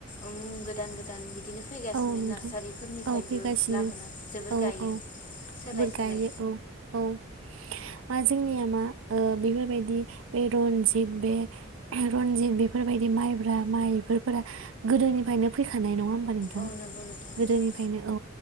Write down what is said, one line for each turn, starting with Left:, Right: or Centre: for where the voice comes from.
Left: उम गोदान गोदान बि बिदिनो फैगासिनो
Right: औ नोंथां
Left: नार्सारिफोरनिफ्रायबो
Right: औ फैगासिनो
Left: लाबोना जोबोर
Right: औ
Left: गायो
Right: औ
Left: सोलाय
Right: <unintelligible>
Left: सोलाय
Right: गायो औ औ माजो जोंनिया मा ओ बेफोरबायदि बे रनजित बे रनजित बेफोरबायदि माइब्रा माइ बेफोरा गोदोनिफ्रायनो फैखानाय नङा होमबा नोंथां गोदोनिफ्रायनो
Left: औ नंगौ नोंथां नंगौ
Right: औ